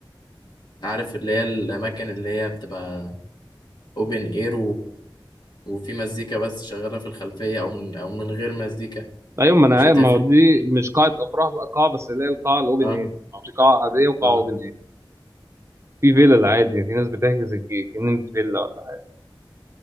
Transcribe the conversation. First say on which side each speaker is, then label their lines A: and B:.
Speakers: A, on the left; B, on the right.
A: عارف اللي هي الأماكن اللي هي بتبقى اوبن اير وفي مزيكا بس شغالة في الخلفية أو من أو من غير مزيكا
B: ايوه ما انا
A: مش
B: عارف-
A: هتفرق
B: ما هو دي مش قاعه افراح بقى قاعه بس اللي هي القاعه الاوبن
A: اه
B: اير او في قاعه عاديه وقاعه
A: اه
B: اوبن اير في فيلا العادي في ناس بتحجز الجنينه فيلا ولا حاجه